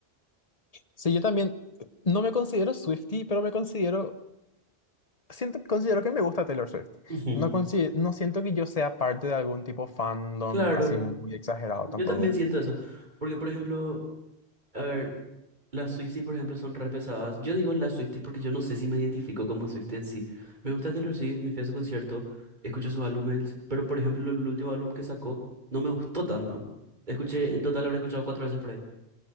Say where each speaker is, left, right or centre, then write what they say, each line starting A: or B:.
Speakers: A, on the left; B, on the right.
A: Sí, yo también no me considero Swiftie, pero me considero, siento, considero que me gusta Taylor Swift.
B: Ujú,
A: No, consi- no siento que yo sea parte de algún tipo fandom
B: Claro,
A: así muy exagerado
B: yo
A: tampoco.
B: también siento eso, porque por ejemplo, a ver, Las Swifties, por ejemplo, son re pesadas. Yo digo las Swifties porque yo no sé si me identifico como Swiftie en sí. Me gusta Taylor Swift, me fui a su concierto, escucho sus álbumes, pero por ejemplo, el último álbum que sacó no me gustó tanto. Escuché, en total habré escuchado cuatro veces por ahí.